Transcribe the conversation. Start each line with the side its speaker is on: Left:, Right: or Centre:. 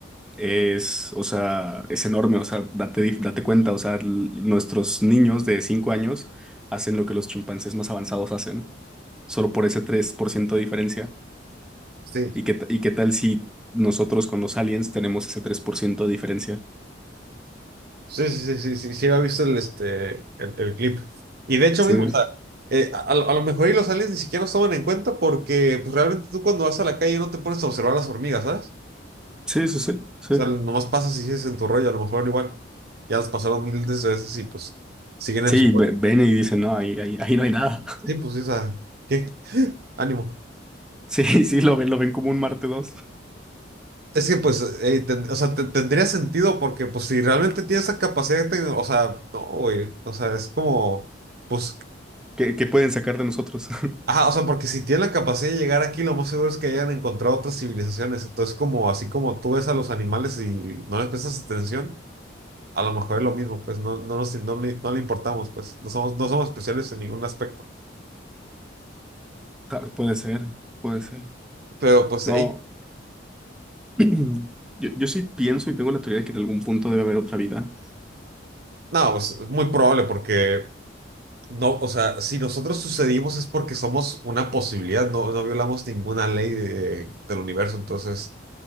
Centre: es, o sea, es enorme, o sea, date, dif- date cuenta, o sea, l- nuestros niños de 5 años hacen lo que los chimpancés más avanzados hacen, solo por ese 3% de diferencia.
Right: sí.
Centre: ¿Y qué, ta- y qué tal si nosotros con los aliens tenemos ese 3% de diferencia?
Right: Sí, sí, sí, sí, sí, sí, había visto el, este, el, el clip. Y de hecho
Centre: Sí,
Right: mismo,
Centre: es-
Right: o sea, eh, a, a lo a lo mejor y los aliens ni siquiera nos toman en cuenta porque pues, realmente tú cuando vas a la calle no te pones a observar las hormigas, ¿sabes?
Centre: sí, sí, sí, sí.
Right: O sea, nomás pasas y sigues en tu rollo, a lo mejor igual. Ya las pasaron miles de veces y pues siguen
Centre: Sí,
Right: en su rollo.
Centre: ve- ven y dicen, no, ahí, ahí, ahí no hay nada. <laughs>
Right: Sí, pues sí, o sea, ¿qué? Ánimo.
Centre: Sí, sí, lo ven, lo ven como un Marte dos,
Right: Es que pues, eh, ten- o sea, te- tendría sentido porque pues si realmente tienes esa capacidad, de tecno- o sea, no, güey, o sea, es como, pues,
Centre: ¿Qué, qué pueden sacar de nosotros? <laughs>
Right: ajá, o sea, porque si tienen la capacidad de llegar aquí, lo más seguro es que hayan encontrado otras civilizaciones. Entonces, como así como tú ves a los animales y no les prestas atención, a lo mejor es lo mismo, pues no, no, nos, no, le- no le importamos, pues no somos, no somos especiales en ningún aspecto.
Centre: Tal- Puede ser, puede ser.
Right: Pero pues,
Centre: No.
Right: hey,
Centre: <clears throat> Yo, yo sí pienso y tengo la teoría de que en algún punto debe haber otra vida.
Right: no, pues es muy probable porque no, o sea, si nosotros sucedimos es porque somos una posibilidad, no, no violamos ninguna ley de- del universo, entonces